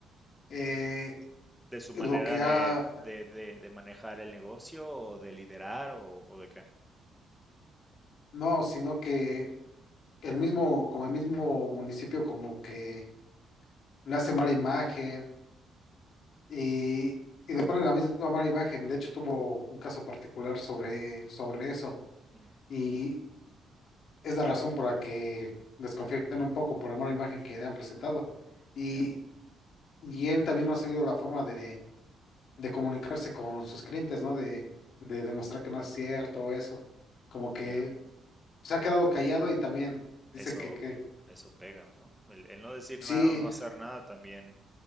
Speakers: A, on the left (about 65°); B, in the centre.
A: Eh,
B: ¿De su
A: lo
B: manera
A: que ha,
B: de, de, de- de manejar el negocio o de liderar o, o de qué?
A: no, sino que el mismo, como el mismo municipio como que le hace mala imagen y, y le ponen la misma mala imagen. De hecho, tuvo un caso particular sobre, sobre eso.
B: Ujú,
A: Y es la razón por la que desconfían un poco por la mala imagen que le han presentado. Y,
B: Ya,
A: y él también no ha sabido la forma de, de comunicarse con sus clientes, ¿no? De, de demostrar que no es cierto eso. Como que
B: ya.
A: se ha quedado callado y también dice
B: Eso,
A: que, que
B: eso pega, ¿no? El, el no decir
A: sí,
B: nada o no hacer nada también